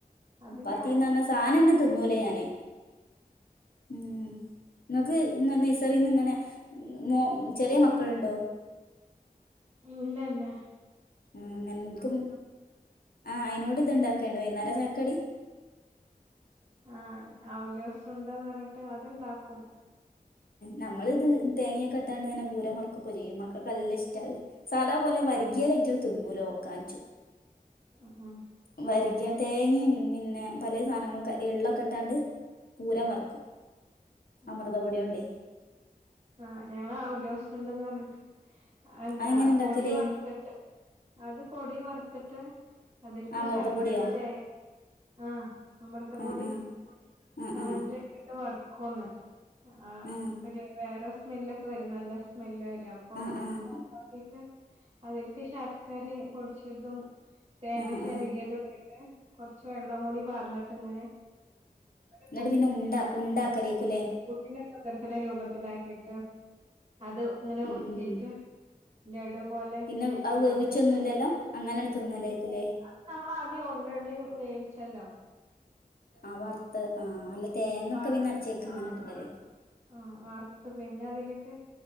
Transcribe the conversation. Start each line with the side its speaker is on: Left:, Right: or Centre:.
Right: അത്
Left: പാത്തിന്നർഞ്ഞ
Right: ഞാൻ
Left: സാനന്നെ ത്ന്നൂല ഞാന് ഉം ങ്ങക്ക് ഇന്ന് നൈസറിന്ന്ഇങ്ങനെ മോ ചെറിയ മക്കൾണ്ടോ
Right: ഇല്ല ല്ല
Left: ഉം ഞൻക്കും അയിനോട് ഇത് ണ്ടാക്കെണ്ട് വൈന്നേര ചായക്കടി.
Right: ആഹ ആ ഉല്ലാസം ഉണ്ട. ന്ന് പറഞ്ഞിട്ട് അത്ണ്ടാക്കും.
Left: നമ്മളിത് തേങ്ങയൊക്കെ ഇട്ടാണ് ഇങ്ങനെ പൂരം വർക്കൊക്കെ ചെയ്യും മക്കക്ക് നല്ല ഇഷ്ടാത്. സാധാ പോലെ വരകിയല് ഐറ്റെൽ തിന്നൂല ഓക്കാനിച്ചും.
Right: ആഹ് ആഹ്.
Left: വരിക തേങ്ങിം പിന്നെ പല സാനങ്ങൾക്കെ എള്ളൊക്കെ ഇട്ടാണ്ട്. പൂരം വറക്കും
Right: ഉം
Left: അമൃതപൊടിയോണ്ടേ.
Right: ആഹ് ഞങ്ങള് ആ ഔലൊസുണ്ടന്ന് പറഞ്ഞിട്ട്. ആഹ്‌ എന്താ
Left: അതെങ്ങനെ ഇണ്ടാക്കല്?
Right: പൊടി വറ്ത്തിട്ട് അത് പൊടി വറ്ത്ത്. ത്തിട്ട് അതില്ക്ക്
Left: അമൃതപ്പൊടിയോ?
Right: ശർക്കര തേങ്ങിം ആഹ അമൃതപൊടി.
Left: ആഹ് ആഹ്
Right: പാനല്ഇട്ട്ട്
Left: ആഹ്
Right: വർക്കൊന്ന് ആ
Left: ആഹ്
Right: ഒരു വേറെ. സ്മെല്ലൊക്കെ വരും നല്ല സ്മെല്ല് വരും അപ്പോ
Left: ആഹ് ആഹ്
Right: ഓഫാക്കിട്ട്. അതില്ക്ക് ശർക്കരിം പൊടിച്ച്ടും. തേങ്ങ
Left: ആഹ്
Right: ചെരകിയതുട്ടിട്ട്
Left: ആഹ് ആഹ്
Right: കൊറച്ച് വെള്ളകൂടി പർനിട്ട് ഇങ്ങനെ. ഒരു
Left: ന്നിട്ട്പിന്നെ ഉണ്ടാ ഉണ്ടാക്കലേക്കുലെ.
Right: പുട്ടിനോക്കെ കുതിർത്തുന്ന രൂപത്തിലാക്കിയിട്ട്. ട്ട് അതിങ്ങനെ ഉർട്ടിട്ട്
Left: ഉം ഉം
Right: ലഡുപോലെ
Left: പിന്നെ
Right: ഷേപ്പിലാക്കും.
Left: അത് വേവിച്ചൊന്നുല്ലല്ലോ അങ്ങനെണ്ട് തിന്നലേക്കുലേ?
Right: ഇല്ല അത് നമ്മൾ ആദ്യം ഓൾറെഡി വേവിച്ചല്ലോ.
Left: ആഹ് വറുത്ത് ആ അല്ല തേങ്ങൊക്കെ
Right: വറുത്തല്ലോ
Left: പിന്നെ അച്ചേക്കും ഇങ്ങനെ
Right: ആ
Left: ഇടല്.
Right: വറുത്തു ആ വറുത്ത് പിന്നെ അതില്ക്ക്.